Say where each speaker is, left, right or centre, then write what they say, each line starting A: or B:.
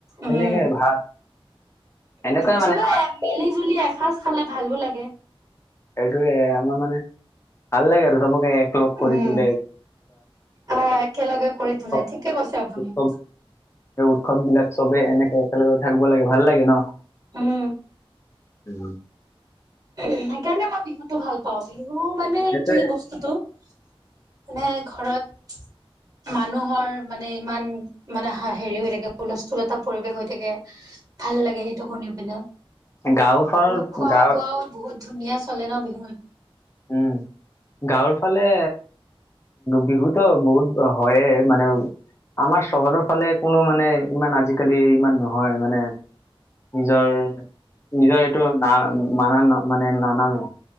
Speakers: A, on the left; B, on the right.
A: সেনেকে
B: উম,
A: ভাল এনেকুৱাই
B: চবে
A: মানে
B: মিলি জুলি এসাঁজ খালে ভালো লাগে।
A: সেইটোৱে, আমাৰ মানে ভাল লাগে। চবকে একলগ
B: উম,
A: কৰি তোলে
B: অ', একেলগে কৰি তোলে,
A: চব
B: ঠিকে কৈছে আপুনি।
A: উৎসৱ এই উৎসৱ বিলাক চবেই এনেকে একেলগে থাকিব লাগে ভাল লাগে ন।
B: উম।
A: <unintelligible>
B: সেইকাৰণে মই বিহুতো ভাল পাও, বিহু মানে
A: সেইটোয়ে
B: কি বস্তুটো মানে ঘৰত মানুহৰ মানে ইমান মানে হেৰি হৈ থাকে হুলস্থুল এটা পৰিৱেশ হৈ থাকে। ভাল লাগে সেইটো শুনি পিনে।
A: গাঁও চাও
B: আৰু খোৱা
A: গাঁৱৰ
B: বোৱাও বহুত ধুনীয়া চলে ন বিহুত।
A: উম, গাঁৱৰ ফালে বিহুতো বহুত হয়ে মানে আমাৰ চহৰৰ ফালে কোনো মানে ইমান আজিকালি ইমান নহয় মানে নিজৰ-নিজৰ এইটো না মানা না মানে নানামে।